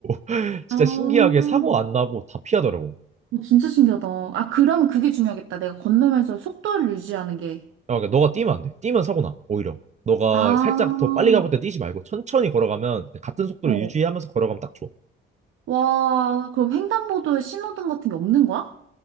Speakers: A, on the right; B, on the right.
A: <laughs> 진짜
B: 아, 어,
A: 신기하게 사고 안 나고 다 피하더라고.
B: 진짜 신기하다. 아, 그러면 그게 중요하겠다. 내가 건너면서 속도를 유지하는 게.
A: 야, 그러니까 너가 뛰면 안 돼. 뛰면 사고 나. 오히려. 너가
B: 아,
A: 살짝 더 빨리 가볼 때 뛰지 말고 천천히 걸어가면 같은 속도를
B: 어.
A: 유지하면서 걸어가면 딱 좋아.
B: 와, 그럼 횡단보도에 신호등 같은 게 없는 거야?